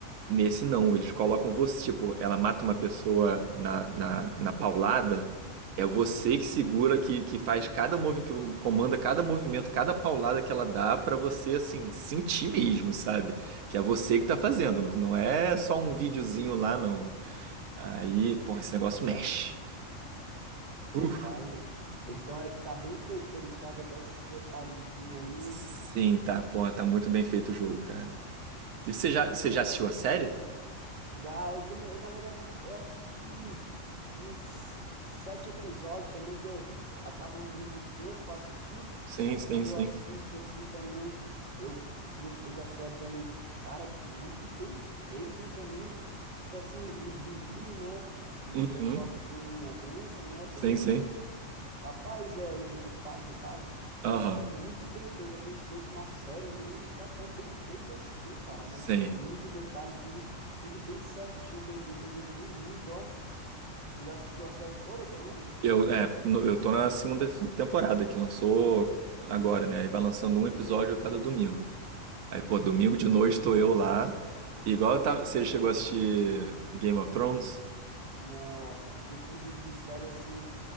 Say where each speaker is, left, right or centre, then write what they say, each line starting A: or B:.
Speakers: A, on the right; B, on the right.
A: Nesse não, eles colocam você, tipo, ela mata uma pessoa na, na, na paulada, é você que segura, que, que faz cada movimento, que comanda cada movimento, cada paulada que ela dá pra você, assim, sentir mesmo, sabe? Que é você que tá fazendo, não, não é só um videozinho lá, não. Aí, porra, esse negócio mexe.
B: Rapaz.
A: Uh,
B: Então é, tá bem feito pra eles fazerem até esses detalhezinhos aí,
A: sim,
B: hein?
A: tá, porra,
B: Ah,
A: tá muito bem feito o jogo, cara. E
B: porra,
A: você já, você já assistiu a série?
B: Já eu come... na verdade, eu assisti uns sete episódios também que eu acabo não tendo muito tempo para assistir,
A: Sim,
B: mas
A: sim,
B: quando
A: sim.
B: eu assisto assim também, eu gostei da série também. Cara, muito bem feita, hein, também. É Tipo assim, o zumbi, né? O
A: Uhum.
B: pessoal que tem a doença, né? Pegou
A: Sim,
B: a doença.
A: sim.
B: Rapaz, é, os infectados, no caso.
A: Aham.
B: É muito bem feito. Eu pensei que na série não ia estar tão bem feito assim, cara, mas
A: Sim.
B: muito detalhe, tudo, tudo bem certinho, bem feito. Eu gostei muito, ó. Tu já assistiu a série toda também?
A: Eu, é, no- eu tô na segunda te- temporada que lançou agora, né? Aí vai lançando um episódio a cada domingo. Aí, pô, domingo de noite tô eu lá. Igual eu tava, você chegou a assistir Game of Thrones?
B: Não, ó. Questão de, de série assim,